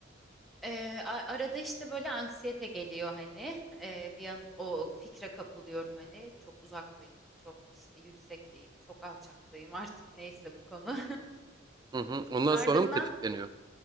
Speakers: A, in the centre; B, on the right (about 20°).
A: Ee, a- arada işte böyle anksiyete geliyor hani Ee, bir an o fikre kapılıyorum hani çok uzaktayım çok işte yüksekteyim çok alçaktayım artık neyse bu konu.
B: Hı hı. Ondan
A: <laughs> Ardından
B: sonra mı tetikleniyor?